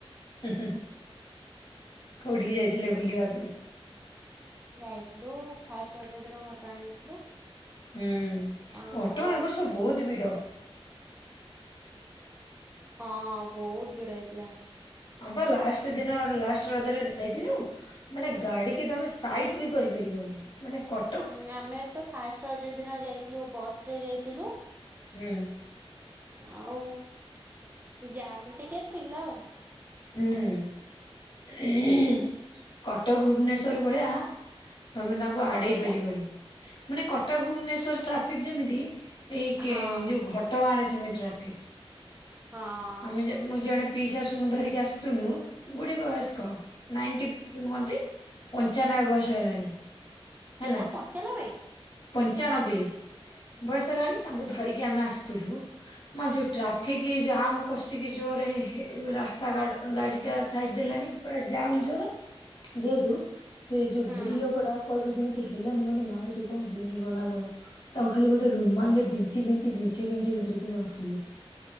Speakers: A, on the left (about 50°); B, on the right (about 20°).
A: <unintelligible> କୋଉଠିକି ଯାଇଥିଲେ ବୁଲିବା ପାଇଁ?
B: ଯାଇଥିଲୁ ଫାଷ୍ଟ ରଜ ଦିନ ଘଟଣା ଯାଇଥିଲୁ
A: ହୁଁ
B: ଆଉ
A: ଘଟଗାଁ ଏ ବର୍ଷ ବହୁତ ଭିଡ
B: ହଁ ବହୁତ ଭିଡ ହେଇଥିଲା
A: ହଁପ ଲାଷ୍ଟ ଦିନ ଲାଷ୍ଟ ରଜରେ ଯାଇଥିଲୁ ମାନେ ଗାଡିିକ ତମେ ସାଇଟ ବି କରିପାରିବନି ମାନେ କ
B: ଉଁ ଆମେ ତ ଫାଷ୍ଟଯ୍ୟ ଦିନ ଯାଇଥିଲୁ ବସ ରେ ଯାଇଥିଲୁ
A: ହୁଁ
B: ଆଉ ଜାମ ଟିକେ ଥିଲା ଆଉ
A: ହୁଁ କଟକ ଭୁବନେଶ୍ଵର ଭଳିଆ ତମେ ତାଙ୍କୁ
B: କଣ
A: ଆଡେଇ
B: କହିଲେ
A: ପାରିବନି ମାନେ କଟକ ଭୁବନେଶ୍ଵର ଟ୍ରାଫିକ ଯେମିତି ଏଇ
B: ହଁ
A: ଯୋଉ ଘ ଟ ଗାଁ ରେ ସେମିତି ଟ୍ରାଫିକ୍
B: ହଁ
A: ଆମେ ମୁଁ ଜଣେ ପିଇ ଶାଶୁଙ୍କୁ ଧରିକି ଆସୁନୁ ବୁଢୀ ବୟସ୍କ ନାଇନଟି ମୁହନ୍ତି ପଞ୍ଚାନବେ ବର୍ଷ ହେଲାଣି ହେଲା
B: କେତେ ପଞ୍ଚା ନବେ?
A: ପଞ୍ଚାନବେ ବୟସ ହେଲାଣି ତାଙ୍କୁ ଧରି ଆମେ ଆସଥିଲୁ ଯଉ ଟ୍ରାଫିକ ଯାମ କଷିକି ଜୋରରେ ରାସ୍ତା ଗାଡି ଟା ସାଇଡ ଦେଲାଣି। ପୁରା ଜାମ ଜୋର ଯେହେତୁ ସେ ଯୋଉ
B: ହୁଁ
A: ବୁଢୀ ଲୋକ ଟା କହିବୁ ଯେମିତି ହେଲେ ମୁଁ କହିଲି ମା ଏଇଠି କଣ ହେଇଯିବ ନା କଣ। ତାଙ୍କୁ ଖାଲି ଗୋଟେ ରୁମ୍ ମାରିଲେ ବିଞ୍ଚି ବିଞ୍ଚି ବିଞ୍ଚି ବିଞ୍ଚି ଧରିକି ମୁଁ ଆସିଲି।